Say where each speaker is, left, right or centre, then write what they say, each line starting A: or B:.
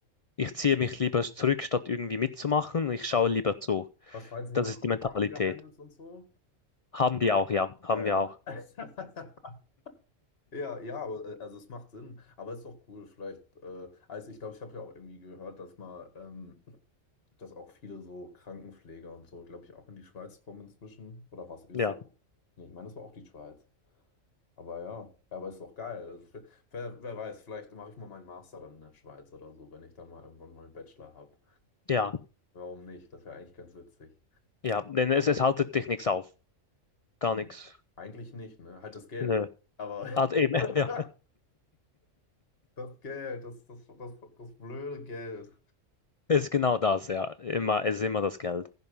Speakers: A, on the left; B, on the left.
A: ich ziehe mich lieber zurück, statt irgendwie mitzumachen. Ich schaue
B: War das,
A: lieber zu.
B: War Schweiz nicht
A: Das
B: auch
A: ist
B: doch mit
A: die Mentalität.
B: Bankengeheimnis und so?
A: Haben die auch, ja, haben
B: Ja,
A: wir
B: ja.
A: auch.
B: <laughs> Ja, ja, aber äh, also es macht Sinn. Aber es ist doch cool, vielleicht. Äh, also ich glaube, ich habe ja auch irgendwie gehört, dass mal, ähm, dass auch viele so Krankenpfleger und so, glaube ich, auch in die Schweiz kommen inzwischen. Oder war es Österreich?
A: Ja,
B: Nee, ich meine, das war auch die Schweiz. Aber ja, aber ist doch geil. Also, f- wer, wer weiß, vielleicht mache ich mal meinen Master dann in der Schweiz oder so, wenn ich dann mal irgendwann mal einen Bachelor habe.
A: ja,
B: Warum nicht? Das wäre eigentlich ganz witzig.
A: ja, denn es, es haltet dich nichts auf, gar
B: Nee,
A: nichts.
B: Eigentlich nicht, ne? Halt das Geld.
A: Nö.
B: Aber
A: Hat eben,
B: <laughs>
A: <laughs> ja,
B: das Geld, das, das, das, das blöde Geld.
A: es ist genau das, ja, immer, es ist immer das Geld.